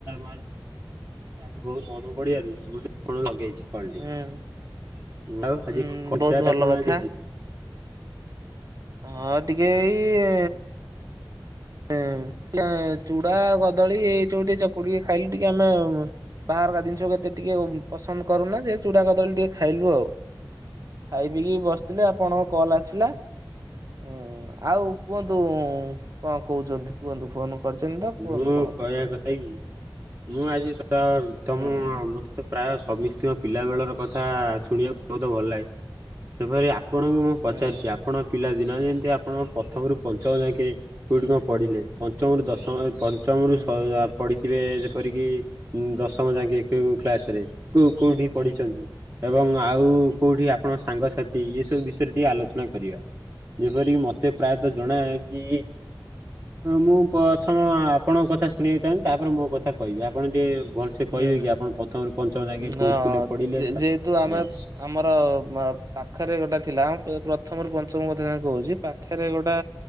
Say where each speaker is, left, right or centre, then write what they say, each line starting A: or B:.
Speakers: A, on the right; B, on the right.
A: ମର ଆଜି ବହୁତ ମନେ ପଡିିବାରୁ ମୁ ଟେ କଣ ଲଗେଇଛି। କଲ୍ ଟି
B: ହୁଁ
A: ଆଉ
B: ହୁଁ
A: ଆଜି କ
B: ବହୁତ
A: ଖିଆ ପିଆ
B: ଭଲ
A: କଣ
B: କଥା।
A: ଆଜି ହେଇଛି?
B: ହଁ ଟିକେ ଏଇ ହଁ ଚୁଡା କଦଳୀ ଏଇ ଯୋଉଠ ଚକୁଢିକି ଟିକେ ଖାଇଲେ ଟିକେ ଆମେ ବା ର ଜିନିଷ କେତେ ଟିକେ ପସନ୍ଦ କରୁନା ଯେ ଚୁଡା କଦଳୀ ଟିକେ ଖାଇଲୁ ଆଉ ଖାଇ ପିଇକି ବସିଥିଲି ଆପଣଙ୍କ କଲ୍ ଆସିଲା ଉଁ ଆଉ କୁହନ୍ତୁ କଣ କହୁଛନ୍ତି କୁହନ୍ତୁ ଫୋନ କରିଛନ୍ତି ତ କୁହନ୍ତୁ
A: ମୁଁ କହିବା
B: କଣ କହୁଥିଲେ।
A: କଥା କି ମୁଁ ଆଜି ତ
B: ହୁଁ
A: ତମ ମତେ ପ୍ରାୟ ସମିସ୍ତ୍ରୀକ ପିଲା ବେଳର କଥା ଶୁଣିବାକୁ ବହୁତ ଭଲ ଲାଗେ ସେପରି, ଆପଣଙ୍କୁ ମୁଁ ପଚାରୁଛି
B: ହୁଁ
A: ଆପଣଙ୍କ ପିଲା । ଦିନ ଯେମିତି ଆପଣ ପ୍ରଥମରୁ ପଞ୍ଚମ ଯାକେ କୋଉଠି କଣ ପଢ଼ିଲେ ପଞ୍ଚମରୁ ଦଶମ । ପଞ୍ଚମରୁ
B: ହୁଁ।
A: ସ ଆ ପଢ଼ି। ଥିବେ ଯେପରିକି ଦଶମ ଯାକେ କେଉଁ କ୍ଲାସ ରେ କୋଉ କୋଉଠି। ପଢିଛନ୍ତି ଏବଂ ଆଉ କୋଉଠି ଆପଣ ସାଙ୍ଗସା ଥି ଏସବୁ ବିଷୟରେ ଟିକେ ଆଲୋଚନା କରିବା ଯେପରିକି ମତେ ପ୍ରାୟତଃ ଜଣା କି ମୁଁ ପ୍ରଥମ ଆପଣଙ୍କ କଥା ଶୁଣିବାକୁ ଚାହୁଁଛି ତାପରେ ମୋ କଥା କହିବି ଆପଣ ଟିକେ। ଭଲସେ କହିବେ
B: ହୁଁ
A: କି ଆପଣ ପ୍ରଥମରୁ ପଞ୍ଚମ ଯାକେ
B: ହୁଁ
A: କୋଉ
B: ହଁ
A: ସ୍କୁଲରେ ପଢିଲେ ଆଜ୍ଞା
B: ଯେହେତୁ ଆମେ ଆମର । ପାଖରେ ଗୋଟେ ଥିଲା ଆମ ପ୍ରେ ବ୍ଲକ ପ୍ରଥମରୁ ପଞ୍ଚମ କଥା ଯା କହୁଛି ପାଖରେ ଗୋଟେ